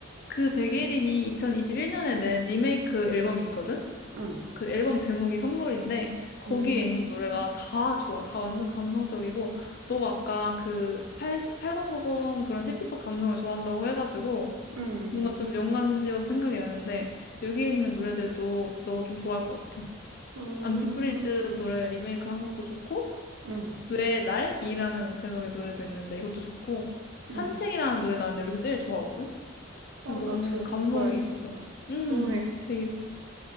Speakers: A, on the left; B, on the right.
A: 그 백예린이 2021년에 낸 리메이크 앨범이 있거든?
B: 응,
A: 그 앨범 제목이 선물인데 거기에
B: 음,
A: 있는 노래가 다 좋아. 다 완전 감성적이고 너가 아까 그 80, 8090 그런 시티팝 감성을 좋아한다고 해가지고
B: 음. 음,
A: 뭔가 좀 연관지어서 생각이 나는데 여기 있는 노래들도 너가 좀 좋아할 것 같아.
B: 음,
A: 안티프리즈 노래 리메이크 한 것도 좋고
B: 음,
A: 왜 날이라는 제목의 노래도 있는데 이것도 좋고 산책이라는
B: 음.
A: 노래 나는 여기서 제일 좋아하거든.
B: 어,
A: 그냥 너무
B: 나 들고
A: 감성이
B: 가야겠다.
A: 있어. 음,
B: 너무
A: 되게